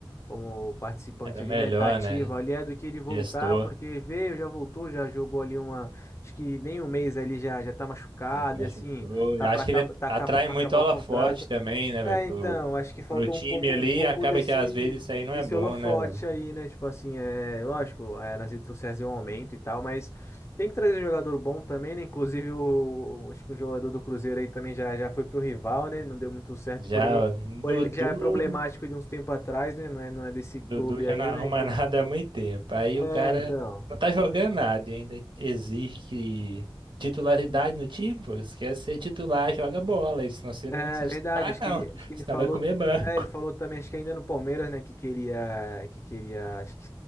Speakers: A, on the left; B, on the right.
A: como participante
B: Era melhor,
A: ali, né? Tá ativo
B: né?
A: ali, é do que ele voltar,
B: Gestor,
A: porque veio, já voltou, já jogou ali uma, acho que nem um mês ali já já tá machucado
B: já se machucou.
A: e assim, tá
B: Eu
A: para
B: acho que ele
A: tá
B: atrai
A: ca- pra
B: muito
A: acabar
B: holofote
A: o contrato.
B: também, né, velho,
A: É,
B: pro,
A: então, acho que faltou
B: pro time
A: um pouco
B: ali.
A: um pouco
B: E acaba
A: desse
B: que às vezes isso aí não
A: desse
B: é bom,
A: holofote
B: né, velho?
A: aí, né? Tipo assim, é, lógico, é, nas redes sociais é um aumento e tal, mas tem que trazer jogador bom também, né? Inclusive o, acho que o jogador do Cruzeiro aí também já já foi pro rival, né? Não deu muito certo,
B: Já
A: porém
B: o Dudu,
A: já é problemático de uns tempo atrás, né? Não é, não é desse
B: Dudu
A: clube
B: já
A: aí,
B: não arruma
A: né? Que...
B: <laughs> nada há muito tempo. Aí
A: É,
B: o cara
A: então.
B: não tá jogando nada e ainda exige que titularidade no time, pô. Se quer ser titular, joga bola. Senão você
A: É
B: não vai ser
A: verdade,
B: titular,
A: acho
B: não.
A: que ele,
B: <laughs>
A: acho que ele
B: Senão
A: falou,
B: vai comer banco.
A: é, ele falou também, acho que ainda no Palmeiras, né, que queria, que queria, acho que